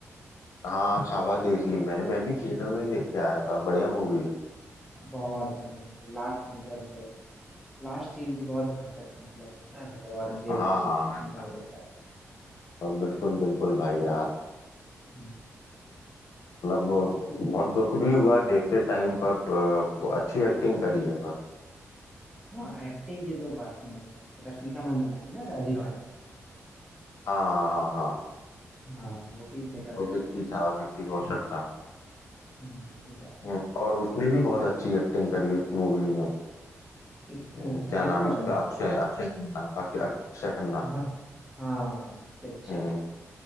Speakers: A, on the left; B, in the centre.
A: हाँ छावा देख ली मैंने मैं भी थिएटर में ही देख के आया था बढ़िया मूवी है
B: बहुत बढ़िया मूवी लास्ट में जब लास्ट सीन भी बहुत घातक है मतलब होता है ना जब औरंगजेब
A: हाँ
B: उसका
A: हाँ
B: आँख आँख निकाल देता है
A: और बिल्कुल बिल्कुल भाई यार
B: हम्म।
A: मतलब वो
B: अपने स्कूल
A: बहुत दुख भी हुआ देखते टाइम पर अ, वो अच्छी एक्टिंग करी है पर
B: हाँ एक्टिंग की तो बात ही नहीं है रश्मिका मंदाना थी ना शायद हीरोइन
A: हाँ हाँ हाँ
B: हाँ वो भी गजब
A: और
B: सपोर्ट
A: विक्की
B: है
A: था विक्की कौशल था
B: हम्म, विकी कौशल
A: हम्म, और उसने भी बहुत अच्छी एक्टिंग करी उस मूवी में
B: किस अ,
A: हम्म, क्या
B: विकी
A: नाम
B: कौशल
A: है उसका
B: है
A: अक्षय अक्षय खन्ना अक- अक्षय खन्ना
B: हाँ हाँ गजब
A: हम्म